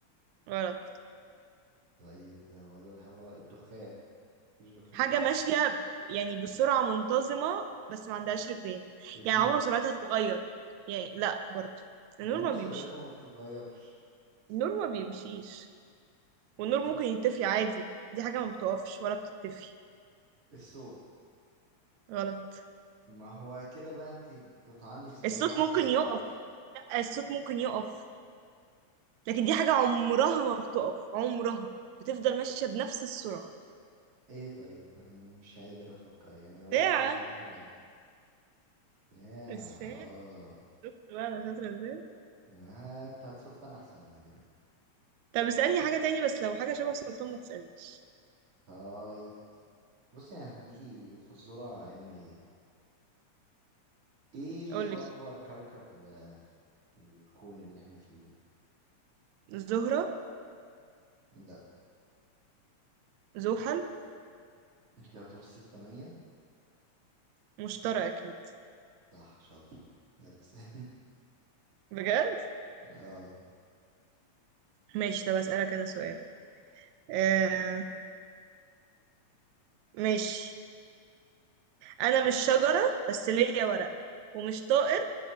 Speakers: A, on the right; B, on the right.
A: غلط
B: طيب ولا الهواء الدخان مفيش دخان
A: حاجة
B: بيمشي
A: ماشية يعني بسرعة منتظمة بس ما عندهاش رجلين
B: النور
A: يعني عمره ما سرعتها تتغير يعني لا برضو
B: ما
A: النور
B: النور
A: ما
B: سرعته
A: بيمشيش
B: ما بتتغيرش
A: النور ما بيمشيش
B: بيتن...
A: والنور ممكن يطفي عادي دي حاجة ما بتقفش ولا بتتفي
B: الصوت
A: غلط
B: ما هو كده بقى انت بتطعني في ثوابت
A: الصوت ممكن
B: الفيزياء
A: يقف لا الصوت ممكن يقف لكن دي حاجة عمرها ما بتقف عمرها بتفضل ماشية بنفس السرعة
B: ايه طيب انا مش قادر افكر يعني انا قلت
A: ساعة
B: كل الحاجات اللي عندي يا
A: الساعة
B: اه
A: شفت بقى أنا شاطرة ازاي
B: آه، بتاعت سلطان احسن على فكرة
A: طب اسألني حاجة تاني بس لو حاجة شبه سلطان ما تسألنيش
B: طيب بصي انا هديكي فزورة علمية ايه
A: قولي طيب
B: اكبر كوكب آه، في الكون اللي احنا فيه ده
A: زهرة
B: لا
A: زحل
B: انت هترصي التمانية
A: مشترى اكيد
B: صح شاطر يلا سألني
A: بجد
B: <laughs> اه
A: ماشي طب اسالك انا سؤال آه ماشي انا مش شجره بس ليا ورق ومش طائر